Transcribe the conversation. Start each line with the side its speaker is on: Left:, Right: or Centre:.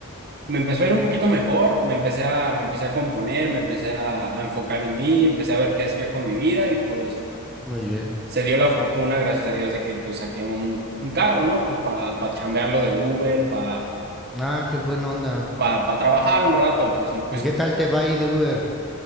Right: me empezó a ir un poquito mejor, me empecé a, me empecé a componer, me empecé a, a enfocar en mí, empecé a ver qué hacía con mi vida y pues
Centre: Muy bien.
Right: se dio la fortuna, gracias a Dios, de que pues saqué un, un carro, ¿no? Pues para pa chambearlo de Uber, para
Centre: Ah, qué buena onda.
Right: para pa trabajar un rato, pues, y pues
Centre: ¿Y qué tal te va ahí de Uber?